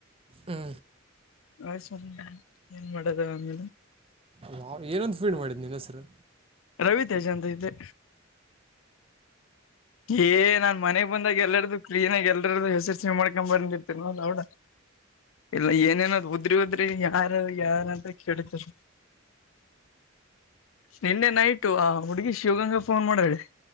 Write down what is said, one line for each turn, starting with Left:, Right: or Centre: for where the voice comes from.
Right: ಹ್ಞೂ
Left: ಆಯ್ ಸುಮ ಏನ್ ಮಾಡದ ಆಮೇಲೆ
Right: ವ್ ಏನೊಂದು ಫೀಡ್ ಮಾಡಿದ್ ನಿ ಹೆಸರು
Left: ರವಿ ತೇಜಾಂತ ಇದ್ದೆ ಏ ನಾನ್ ಮನೆಗ್ ಬಂದಾಗ ಎಲ್ಲಾರ್ದು ಕ್ಲೀನಾಗ ಎಲ್ಲರ್ದು ಹೆಸರು ಸ ಮಾಡ್ ಬರ್ಂದಿತ್ತು ನ ನಡ ಇಲ್ಲ ಏನೇನದ್ ಉದ್ರಿ ಉದ್ರಿ ಯಾರ ಯಾರಂದ್ರ ಕೇಳತಾರ ನಿನ್ನೆ ನೈಟು ಆ ಹುಡುಗಿ ಶಿವಗಂಗಾ ಫೋನ್ ಮಾಡಾಿ